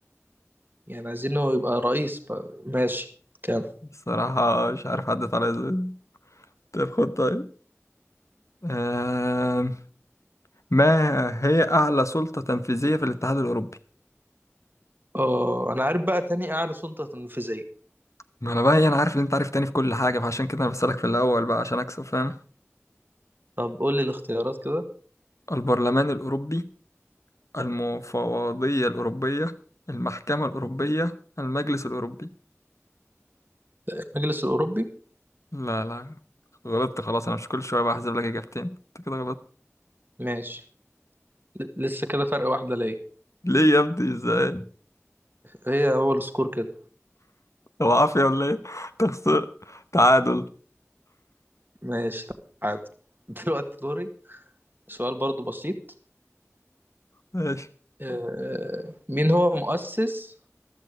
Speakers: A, on the right; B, on the left.
A: يعني عايزينه يبقى رئيس بقى. ماشي كام
B: الصراحة مش عارف عدت عليا ازاي طيب خد طيب آم، ما هي أعلى سلطة تنفيذية في الاتحاد الأوروبي؟
A: اه انا عارف بقى تاني اعلى سلطة تنفيذية
B: ما أنا بقى إيه، أنا عارف إن أنت عارف تاني في كل حاجة فعشان كده أنا بسألك في الأول بقى عشان أكسب فاهم
A: طب قول لي الاختيارات كده
B: البرلمان الأوروبي المفوضية الأوروبية المحكمة الأوروبية المجلس الأوروبي
A: المجلس الأوروبي
B: لا لا غلطت خلاص أنا مش كل شوية بقى أحذف لك إجابتين أنت كده غلطت
A: ماشي ل- لسه كده فرق واحدة ليا
B: ليه يا ابني إزاي؟
A: هي هو السكور كده
B: هو عافية ولا إيه؟ <laughs> تخسر تعادل
A: ماشي تعادل <laughs> دلوقتي دوري سؤال برضو بسيط
B: ماشي
A: آه، مين هو مؤسس